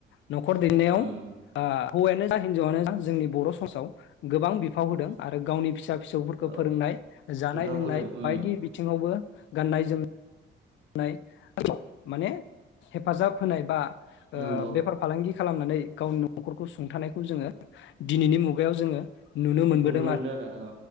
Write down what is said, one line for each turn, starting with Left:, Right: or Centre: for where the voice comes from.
Left: नखर बेंनायाव
Right: उम
Left: आ होवायानो जा हिन्जावानो जा जो जोंनि बर समसाव गोबां बिब बिफाव होदों आरो गावनि फिसा फिसौफोरखौ
Right: औ
Left: फोरोंनाय जानाय
Right: बिफाव
Left: लोंनाय
Right: होदों उम
Left: बायदि बिथिङावबो गाननाय जोमनाय होनाय माने हेफाजाब होनाय बा ओ
Right: नंगौ
Left: बेफार फालांगि खालामनानै गावनि न खरखौ सुंथानायखौ जोङो दिनिनि मुगायाव जोङो नुनो मोनबोदों
Right: मोनदों
Left: आर
Right: आरो औ